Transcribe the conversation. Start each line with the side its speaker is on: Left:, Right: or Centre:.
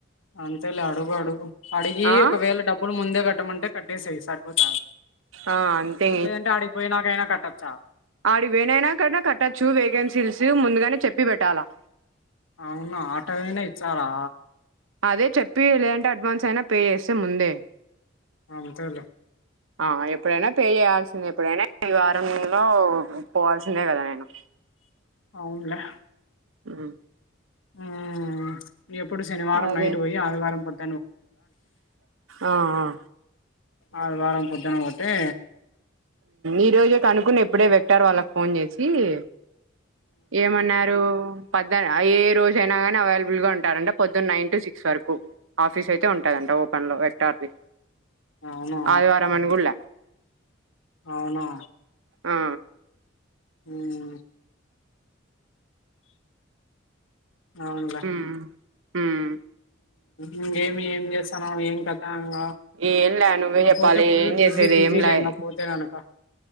Left: అంతలె అడుగు అడుగు. అడిగి
Right: ఆ
Left: ఒకవేళ డబ్బులు ముందే కట్టమంటే కట్ట సే సార్ పోత
Right: ఆ అంతే
Left: లేదంటే అడిగిపోయి నాకైనా కట్ట చ
Right: ఆడివేనైనా కదా కట్టచ్చు వేకెన్సీస్ ముందుగానే చెప్పి పెట్టాలా.
Left: అవును ఆట వేనా ఇచ్చారా
Right: అదే చెప్పి లేదంటే అడ్వాన్స్ అయినా పే చేస్తే ముందే
Left: అంతేలే
Right: ఆ ఎప్పుడైనా పే చేయాల్సిందే ఎప్పుడైనా ఈ వారంలో పోవాల్సిందే కదా నేను.
Left: అవునులే
Right: ఉమ్
Left: ఊ మ్ ఎప్పుడు శనివారం
Right: అదే
Left: నైట్ పోయి ఆదివారం పొద్దు
Right: ఆ హా
Left: ఆదివారం పొద్దున పోతే
Right: ఈ రోజే కనుకుని ఎప్పుడే పెట్టారు వాళ్ళకి ఫోన్ చేసి. కీ ఏమన్నారు. పద్ ఏ రోజ అయినా గాని అవైలబుల్ గా ఉంటారంట పొద్దున్న నైన్ టు సిక్స్ వరకు ఆఫీస్ అయితే ఉంటుందంట ఓపెన్ లో వక్టార్ది.
Left: అవునా
Right: ఆదివరం అనికుళ
Left: అవునా
Right: ఆ
Left: ఉమ్ అవునులే
Right: ఉమ్ ఉమ్
Left: ఇంగేమీ ఏం చేస్తానవు ఏం కత ఆంగా
Right: ఏంలే నువ్వే
Left: ఇంగా
Right: చెప్పాలి
Left: పోతే ఫుల్
Right: ఏం చేసేది
Left: బిజీ బిజీలే
Right: ఏంలే
Left: ఇంగా
Right: ఇంగ
Left: పోతే కనక